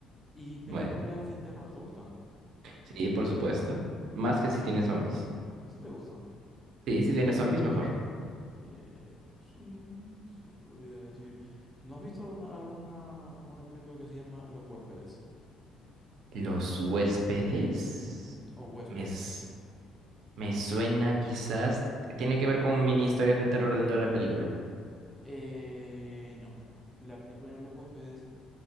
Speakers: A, in the centre; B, on the right (about 60°).
A: ¿Y películas
B: Bueno,
A: de terror te gustan?
B: sí, por supuesto. Más que si tiene zombies.
A: Sí, te gustan.
B: Sí, si tiene zombies, mejor.
A: Eh, sí, se podría decir. ¿No has visto una- alguna una película que se llama Los huéspedes?
B: Los huéspedes.
A: Ujú, O huéspedes.
B: Me, s- me suena quizás. Tiene que ver con mini historias de terror dentro de la película.
A: Eh, no. La película de los huéspedes